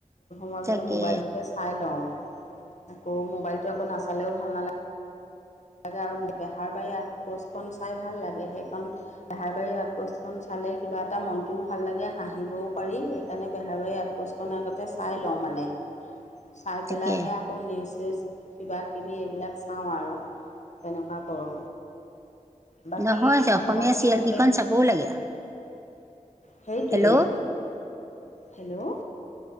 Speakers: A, on the left; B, on the right.
A: মই
B: তাকে
A: বোলো মোবাইলটোকে চাই লওঁ আকৌ মোবাইলটো আকৌ নাচালেও ভাল নালাগে - লাগে আৰম্ভ বেহাৰ বাৰী আউট পোষ্টকণ চাই ভাল লাগে সেইখন বেহাৰবাৰী আউটপোষ্টখন চালে কিবা এটা মনটোও ভাল লাগে হাঁহিবও পাৰি সেইকাৰণে বেহাৰবাৰী আউটপোষ্টখন - অনা আগতে চাই লওঁ মানে চাই
B: তাকে
A: পেলাইহে আকৌ নিউজ চিউজ কিবাকিবি এইবিলাক চাওঁ আৰু তেনেকুৱা কৰোও বাকী
B: নহয় অসমীয়া
A: খবৰ খাতি
B: চিৰিয়েলকেইখন
A: ভালেই।
B: চাবও লাগে
A: সেইটোৱেই
B: হেল্ল'
A: হেল্লো!